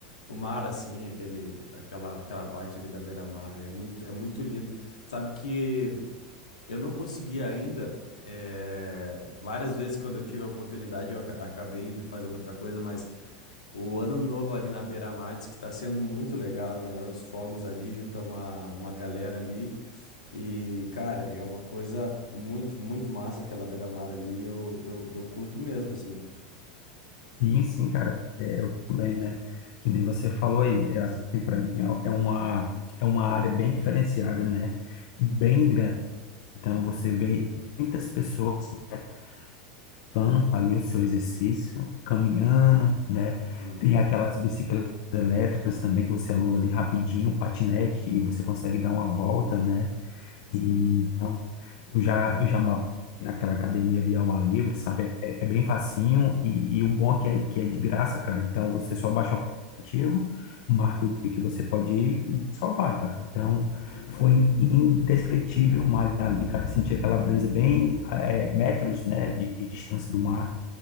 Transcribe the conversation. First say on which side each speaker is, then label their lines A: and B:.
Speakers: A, on the left; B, on the left.
A: o mar, assim, aquele, aquela, aquela parte ali da beira-mar, é muito, é muito lindo. Sabe que eu não consegui ainda. eh, várias vezes, quando eu tive a oportunidade, eu aca- acabei indo fazendo outra coisa, mas o ano novo ali na beira-mar diz que está sendo muito legal, né? Os fogos ali, junta uma, uma galera ali. E, cara, é uma coisa muito, muito massa aquela beira-mar ali. Eu, eu, eu curto mesmo, assim.
B: Sim, sim, cara, é, eu também, né? Que nem você falou aí, é assim, para mim é é uma é uma área bem diferenciada, né? Bem grande. Então você vê muitas pessoas, né, praticando ali o seu exercício, caminhando, né?
A: Uhum,
B: Tem aquelas bicicletas elétricas também que você aluga ali rapidinho, patinete e você consegue dar uma volta, né? E,
A: sim.
B: então, eu já, eu já malho naquela academia ali ao ar livre, sabe? É, é bem facinho e, e o bom é que, é que é de graça, cara. Então, você só baixa o aplicativo, marca o dia que você pode ir e só vai, cara. Então, foi indescritível malhar ali, cara. Senti aquela brisa bem, eh, metros, né, de, de distância do mar.